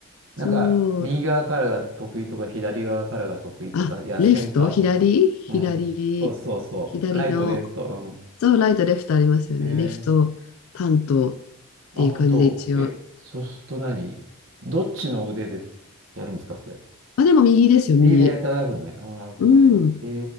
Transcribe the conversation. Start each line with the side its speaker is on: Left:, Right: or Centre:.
Right: なんか、
Left: そう。
Right: 右側からが得意とか、左側からが得意とか、
Left: あ、
Right: いや、
Left: レフト、
Right: センターとか、
Left: 左、左、
Right: うん。そうそうそう。
Left: 左の、
Right: ライト、レフト、う
Left: そう、ライト、レフトありますよね。
Right: ん。え
Left: レフト担当っ
Right: ー、
Left: ていう感じで一応。
Right: あ、本当。え、そうすると何どっちの腕でやるんですか、それ。
Left: あ、でも右ですよ、右。
Right: 右でやっていただくのね。お、なるほど、
Left: うん。
Right: なるほど。え